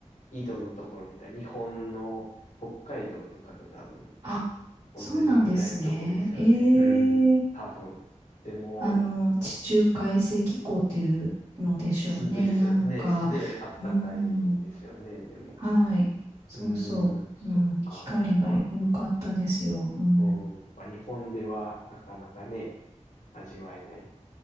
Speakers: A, on the left; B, on the right.
A: 緯度のところ見たら、日本の北海道とかと多分、
B: あ、
A: 同じぐらいのとこですよね。
B: そうなんですね。えー、
A: うん、多分。でも、
B: あの、地中海性気候っていうのでしょうね。
A: すですよね。
B: なんか、
A: で、あったかいんですよね。
B: うん。
A: でも。
B: はい。そうそう。
A: うん、そっか。
B: うん。光が良かったですよ。
A: やっぱ、
B: うん。
A: そうまあ、日本ではなかなかね、味わえない